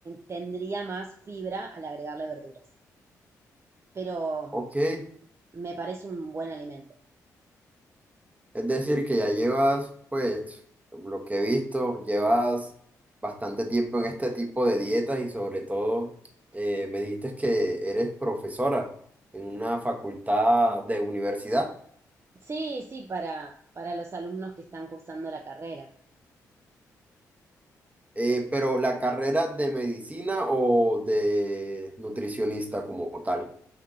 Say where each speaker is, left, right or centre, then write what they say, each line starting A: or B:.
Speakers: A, on the right; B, on the right.
A: tendría más fibra al agregarle verduras. Pero
B: Ok, es
A: me parece un buen alimento.
B: decir, que ya llevas, pues, lo que he visto, llevas bastante tiempo en este tipo de dietas y sobre todo eh, me dijiste que eres profesora en una facultad de universidad,
A: Sí, sí, para, para los alumnos que están cursando la carrera.
B: Eh, pero la carrera de medicina o de nutricionista como tal.